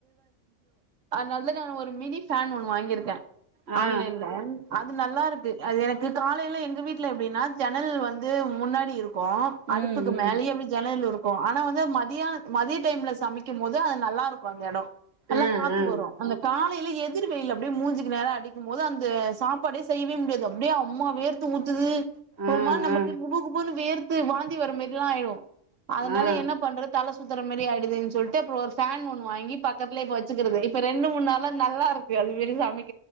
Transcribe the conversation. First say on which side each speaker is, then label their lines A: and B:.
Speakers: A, on the right; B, on the right.
A: அதனால தா நா ஒரு மினி ஃபேன் ஒன்னு வாங்கிருக்க
B: ஆ
A: ஆன்லைன்ல அத் அது நல்லாருக்கு அது எனக்கு காலைல எங்க வீட்டுல எப்டின்னா ஜன்னல் வந்து முன்னாடி இருக் கோ அடுப்புக்கு
B: ம் ம்
A: மேலயே எப்டி ஜன்னல் இருக் கோ ஆனா வந்து மதியானத் மதிய டைம்ல சமைக்கு போது அது நல்லாருக் கோந்தெடோ நல்லா
B: ஆ
A: காத்து
B: ஆ
A: வரு அந்த கால் லைல எதிர் வெயில் அப்டியே மூஞ்சிக்கு நேரா அடிக்கும் போது அந்த சாப்பாடே செய்வே முடியாது அப்படியே அம்மா வேர்த்து ஊத்துது ஒர்
B: ஆ
A: மாரி நமக்கு
B: ஆ
A: குபு குபுன்னு வேர்த் து வாந்தி வர மேரிலா ஆயிடு அதனால
B: ஆ
A: என்ன பண்றத் தல ஸ் சுத்தற மேரி ஆயிடுதுன் சொல்ட்டு அப்றோ ஒரு ஃபேன் ஒன்னு வாங்கி பக்கத்துலே இப்ப வச்சுக்குறது இப்ப ரெண்டு மூண் நாள நல்லாருக்கு அது மேரி சமைக்